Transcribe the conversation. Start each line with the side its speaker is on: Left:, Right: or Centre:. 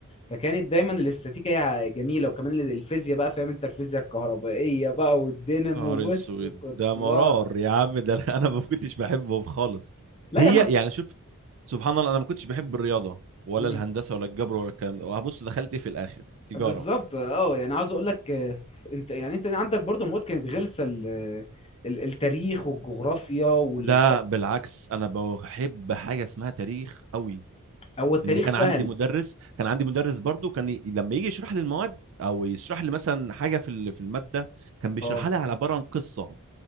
Left: فكانت دايما الاستاتيكا هي جميله وكمان الفيزياء بقى فاهم انت الفيزياء الكهربائيه بقى والدينامو
Right: نهار
Left: بص
Right: اسود
Left: كنت
Right: ده مرار
Left: بقعد
Right: يا عم ده <laughs> انا أنا ما كنتش بحبهم خالص
Left: لا
Right: هي
Left: يا من
Right: يعني شوف سبحان الله انا ما كنتش بحب الرياضه ولا
Left: مم.
Right: الهندسه ولا الجبر ولا الكلام ده وهبص دخلت ايه في الاخر تجاره
Left: بالظبط اه يعني عاوز اقول لك آه، انت يعني انت عندك برضه مواد كانت غلسه ال... ال- التاريخ والجغرافيا والف...
Right: لا بالعكس انا بحب حاجه اسمها تاريخ قوي
Left: هو التاريخ
Right: لان كان
Left: سهل
Right: عندي مدرس كان عندي مدرس برضو كان ي... لما يجي يشرح لي المواد او يشرح لي مثلا حاجه في ال- في الماده كان بيشرحها
Left: اه
Right: لي على عباره عن قصه